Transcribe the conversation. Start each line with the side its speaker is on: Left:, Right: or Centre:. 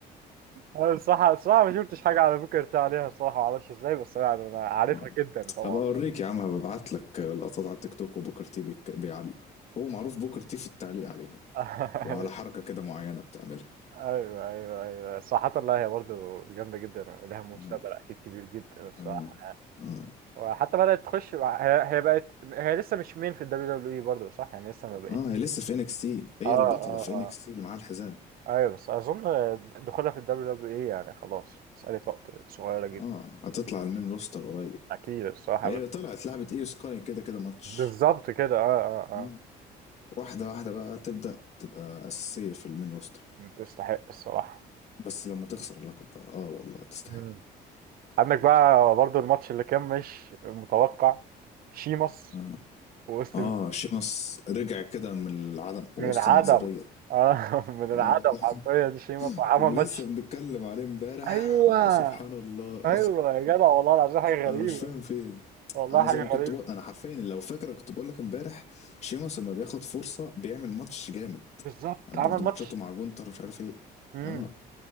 Right: انا الصراحه الصراحه ما شفتش حاجه على بوكر تي عليها الصراحه ما اعرفش ازاي بس انا أنا عارفها
Left: اه
Right: جدا طبعا
Left: هبقى اوريك يا عم هبقى ابعت لك لقطات على التيك توك وبوكر تي بيك- بيعلق هو معروف بوكر تي في التعليق عليها
Right: <laughs>
Left: وعلى حركة كده معينة بتعملها
Right: ايوه ايوه ايوه صراحة لا هي برضه جامدة جدا ولها مستقبل
Left: اه
Right: اكيد كبير جدا الصراحة
Left: اه اه
Right: وحتى بدأت تخش مع- هي, هي بقت هي لسه مش مين في الدبليو دبليو اي برضه صح يعني لسه ما بقتش
Left: اه هي لسه في انكس تي هي
Right: اه
Left: البطلة
Right: اه
Left: في انكس
Right: اه
Left: تي اللي معاها الحزام
Right: ايوه بس اظن دخولها في الدبليو دبليو اي يعني خلاص مسألة وقت صغيرة جدا
Left: اه هتطلع المين روستر قريب
Right: اكيد الصراحة
Left: هي طلعت لعبة ايو سكاي كده كده ماتش
Right: بالظبط كده اه اه
Left: اه واحدة واحدة بقى تبدأ تبقى أساسية في المين روستر
Right: اه تستحق الصراحة
Left: بس لما تخسر اللقب بقى اه والله تستحق
Right: مم. عندك بقى برضه الماتش اللي كان مش متوقع شيمس
Left: اه
Right: واوستن
Left: اه شيمس رجع كده من العدم وسط
Right: من العدم
Left: النظرية
Right: اه <laughs> من
Left: اه
Right: العدم
Left: <laughs>
Right: حرفيا شيما صح عمل
Left: كنا
Right: ماتش
Left: لسه بنتكلم عليه امبارح
Right: ايوه
Left: سبحان الله <laughs>
Right: ايوه يا جدع والله العظيم حاجه
Left: انا
Right: غريبه
Left: مش فاهم في ايه
Right: والله
Left: انا
Right: حاجه
Left: زي ما كنت
Right: غريبه
Left: بقول انا حرفيا لو فاكره كنت بقول لك امبارح شيمس لما بياخد فرصه بيعمل ماتش جامد
Right: بالظبط
Left: يعني
Right: عمل
Left: برضه
Right: ماتش
Left: ماتشاته مع جونتر مش عارف ايه
Right: امم
Left: اه